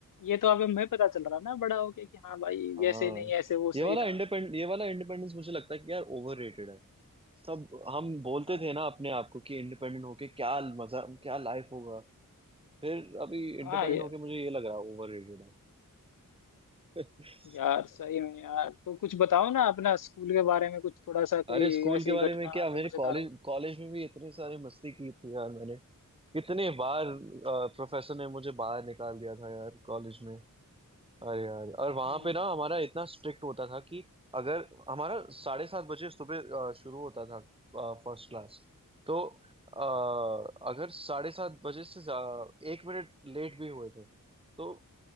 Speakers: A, on the left; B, on the right.
A: ये तो अब हमें पता चल रहा ना बड़ा हो गया कि हाँ भाई
B: हाँ
A: ऐसे नहीं ऐसे वो सही
B: ये वाला
A: था
B: इंडिपेंड ये वाला इंडिपेंडेंस मुझे लगता है कि यार ओवररेटेड है सब हम बोलते
A: हाँ
B: थे ना अपने आप को कि इंडिपेंडेंट होके क्या मजा क्या लाइफ होगा फिर अभी इंडिपेंडेंट
A: हाँ ये
B: होके मुझे ये लग रहा है ओवररेटेड है <laughs>
A: यार सही में यार तो कुछ बताओ ना अपना स्कूल के बारे में कुछ थोड़ा सा कोई
B: अरे स्कूल
A: ऐसी
B: के बारे
A: घटना
B: में क्या मेरे
A: जो मजेदार
B: कॉलेज
A: हो
B: कॉलेज में भी इतनी सारी मस्ती की थी यार मैंने कितने बार प्रोफेसर ने मुझे बाहर निकाल दिया था यार कॉलेज में अरे यार और वहां
A: हम्म।
B: पे ना हमारा इतना स्ट्रिक्ट होता था कि अगर हमारा साढ़े सात बजे सुबह अ, शुरू होता था फर्स्ट क्लास तो अ, अगर साढ़े सात बजे से ज्या- एक मिनट लेट भी हुए थे तो